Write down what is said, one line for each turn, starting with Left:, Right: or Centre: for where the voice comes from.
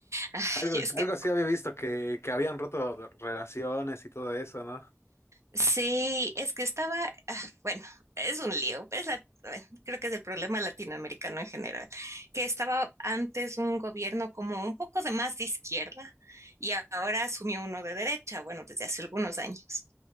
Right: Ay,
Left: Algo,
Right: es que
Left: algo sí había visto que, que habían roto relaciones y todo eso, ¿no?
Right: Sí, es que estaba, ah, bueno, es un lío, es la- bueno, creo que es el problema latinoamericano en general, que estaba antes un gobierno como un poco de más de izquierda y ahora asumió uno de derecha, bueno, desde hace algunos años.